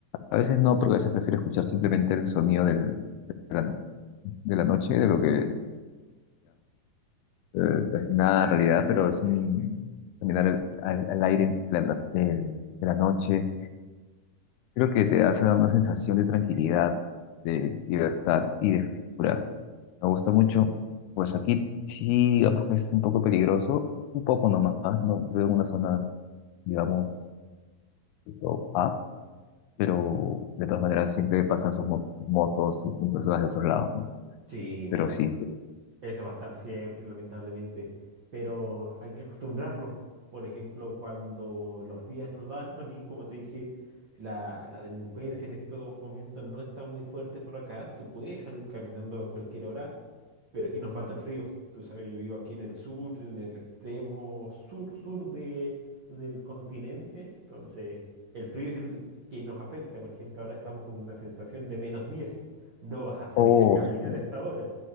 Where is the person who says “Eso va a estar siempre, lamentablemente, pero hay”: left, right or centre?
Right